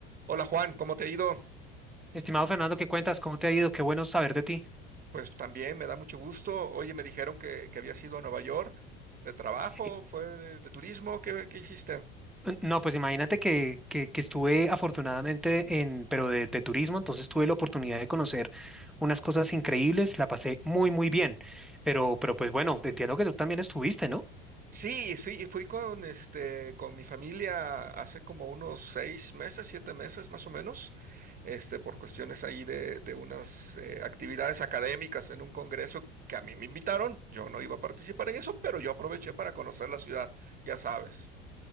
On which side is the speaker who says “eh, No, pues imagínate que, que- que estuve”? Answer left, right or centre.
Centre